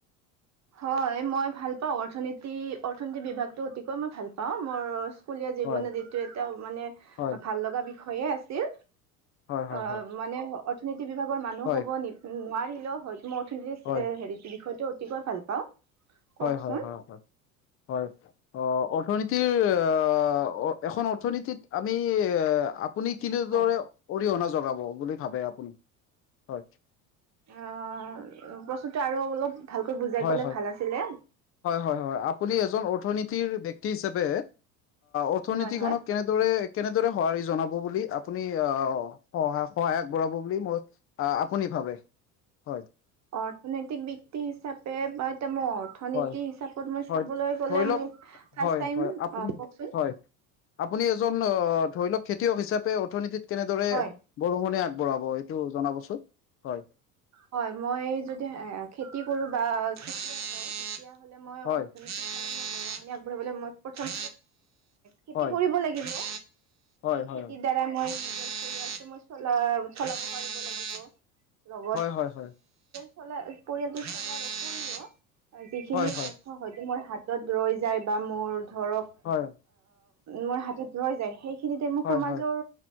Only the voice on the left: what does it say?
হয়
হয়
হয় হয়
হয়
হয়
হয়
হয় হয় হয় হয়, হয় অ অৰ্থনীতি তিৰ আ এখন অৰ্থনীতিত আমি আপুনি কিনেদৰে
অৰিহণা জগাব বুলি ভাবে আপুনি? হয়
হয়
হয়,
হয় হয় আপুনি এজন নীতিৰ ব্যক্তি হিচাপে অৰ্থনীতি
খনত কেনেদৰে কেনেদৰে সঁহাৰি জনাব বুলি আপুনি আহ সায় সহায় আগবঢ়াব বুলি মই আপুনি ভাবে হয়
হয়,
হয়।
ধৰি লওক
হয়,
হয়,
আপুনি
হয়, আপুনি এজন অ ধৰি লওক খেতি খয়ক হিচাপে অৰ্থনীতিত কেনেদৰে
বৰষুণে আগবঢ়াব এইটো জনাবচোন হয়
হয়
হয়
হয় হয়
হয় হয় হয়
হয় হয়
হয়
হয়
হয়